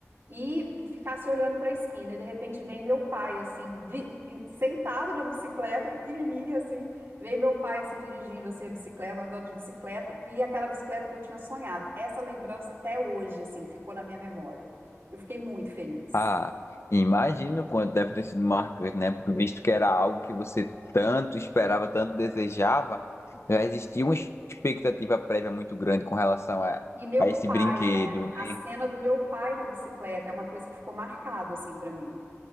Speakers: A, on the right; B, on the left.
A: e ficasse olhando para a esquina. E de repente vem meu pai, assim, de- sentado na bicicleta, pequenininha, assim. Vem meu pai, assim, dirigindo assim, a bicicleta, andando de bicicleta, e aquela bicicleta que eu tinha sonhado. Essa lembrança até hoje, assim, ficou na minha memória. Eu fiquei muito feliz.
B: Ah, imagino quanto deve ter sido marcante, né? Visto que era algo que você tanto esperava, tanto desejava, já existia uma expectativa prévia muito grande com relação a,
A: E meu
B: a esse
A: pai,
B: brinquedo,
A: né?
B: né?
A: A cena do meu pai na bicicleta é uma coisa que ficou marcado, assim, para mim.